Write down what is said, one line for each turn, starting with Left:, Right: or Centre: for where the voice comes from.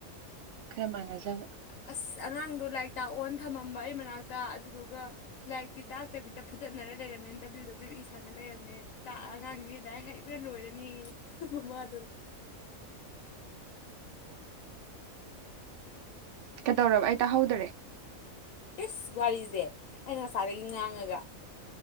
Right: ꯈꯔ ꯃꯥꯟꯅꯖꯕ
Left: ꯑꯁ ꯑꯉꯥꯡꯗꯣ ꯂꯥꯏꯔꯤꯛ ꯇꯥꯛꯑꯣꯅ ꯊꯝꯃꯝꯕ ꯑꯩ ꯃꯅꯥꯛꯇ ꯑꯗꯨꯗꯨꯒ ꯂꯥꯏꯔꯤꯛꯇꯤ ꯇꯥꯛꯇꯕꯤꯗ ꯐꯨꯗꯠꯅꯔ ꯂꯩꯔꯝꯃꯦ ꯗꯕ꯭ꯂꯤꯎ ꯗꯕ꯭ꯂꯤꯎ ꯏ ꯁꯥꯟꯅ ꯂꯩꯔꯝꯃꯦ ꯇꯥꯛ ꯑꯉꯥꯡꯁꯦ ꯂꯥꯏ ꯍꯩꯕ꯭ꯔꯥ ꯂꯣꯏꯔꯅꯤ ꯃꯃꯥꯗꯨꯅ
Right: ꯀꯩꯗꯧꯔꯕ ꯑꯩ ꯇꯥꯍꯧꯗꯔꯦ
Left: ꯏꯁ ꯋꯥꯔꯤꯁꯦ ꯑꯩꯅ ꯉꯁꯥꯏꯗꯒꯤ ꯉꯥꯡꯉꯒ